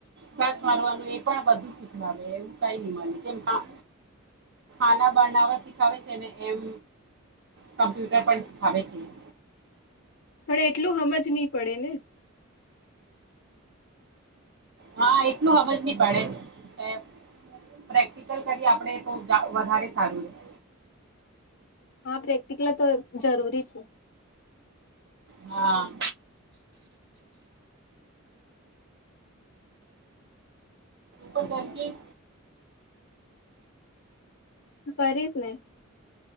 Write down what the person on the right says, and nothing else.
સર્ચ મારવાનું એ પણ બધું શીખવાનું એવું કઈ ન માનેમ કેમ આ ખાના બનાવવા સીખાવે છે ને એમ કમ્પ્યુટર પણ સીખાવે છે ઈ.
હા, એટલું હમજ નહી પડે. એ પ્રેક્ટિકલ કરીએ આપડે તો જા વધારે સારું રેહ.
હા. તું પણ તેમ ચી